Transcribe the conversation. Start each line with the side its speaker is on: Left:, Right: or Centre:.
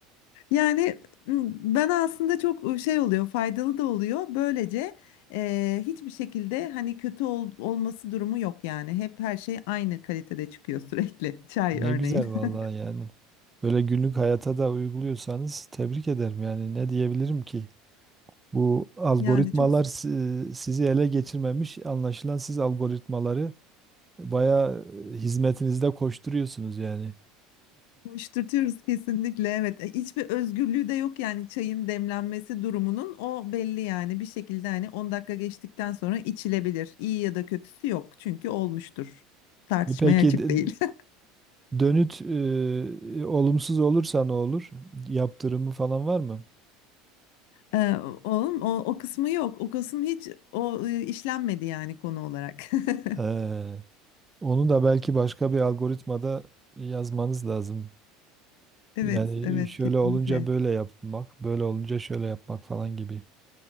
Left: Yani m, bana aslında çok şey oluyor, faydalı da oluyor. Böylece e, hiçbir şekilde hani kötü ol- olması durumu yok yani. Hep her şey aynı kalitede çıkıyor sürekli. <laughs> Çay
Right: Ne
Left: örneğin.
Right: güzel valla
Left: <laughs>
Right: yani. Böyle günlük hayata da uyguluyorsanız tebrik ederim yani. Ne diyebilirim ki? Bu algoritmalar
Left: Yani çok
Right: si- sizi ele geçirmemiş. Anlaşılan siz algoritmaları bayağı hizmetinizde koşturuyorsunuz yani.
Left: koşturtuyoruz kesinlikle. Evet, E, hiçbir özgürlüğü de yok yani çayın demlenmesi durumunun o belli yani bir şekilde hani 10 dakika geçtikten sonra içilebilir. İyi ya da kötüsü yok çünkü olmuştur. Tartışmaya
Right: E Peki
Left: açık
Right: d-
Left: değil.
Right: dönüt e, olumsuz olursa ne olur? Yaptırımı falan var mı?
Left: Ee, oğlum o, o kısmı yok. O kısım hiç o e, işlenmedi yani konu olarak. <laughs>
Right: Ee, onu da belki başka bir algoritmada yazmanız lazım.
Left: Evet,
Right: Yani
Left: evet
Right: şöyle
Left: kesinlikle.
Right: olunca böyle yapmak, böyle olunca şöyle yapmak falan gibi.